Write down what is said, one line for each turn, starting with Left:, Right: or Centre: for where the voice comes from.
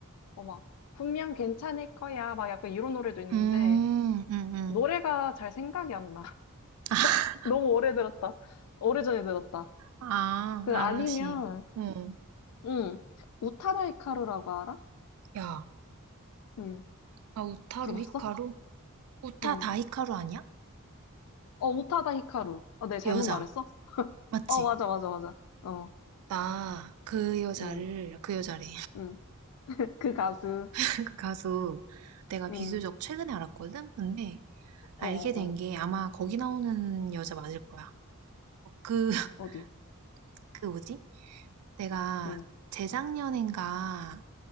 Left: 어, 막, 분명 괜찮을 거야. 막 약간 이런 노래도 있는데,
Right: 음, 음, 음.
Left: 노래가 잘 생각이 안 나. <laughs>
Right: <laughs>
Left: 너무 오래 들었다. 오래전에 들었다.
Right: 아,
Left: 그
Right: 아라시.
Left: 아니면,
Right: 응.
Left: 응, 우타다 히카루라고 알아?
Right: 야,
Left: 응,
Right: 아, 우타루
Left: 들어봤어?
Right: 히카루? 우타
Left: 응.
Right: 다 히카루 아니야?
Left: 어, 우타다 히카루. 어, 네, 잘못
Right: 여자.
Left: 말했어?
Right: 맞지?
Left: 어, 맞아, 맞아, 맞아. 어,
Right: 나 그 여자를,
Left: 응,
Right: 그 여자래.
Left: 응. 그 가수.
Right: <laughs> 그 가수 내가 비교적
Left: 응.
Right: 최근에 알았거든? 근데
Left: 어,
Right: 알게
Left: 어,
Right: 된
Left: 어.
Right: 게 아마 거기 나오는 여자 맞을 거야. 어, 그, <laughs>
Left: 어디?
Right: 그 뭐지? 내가
Left: 응,
Right: 재작년인가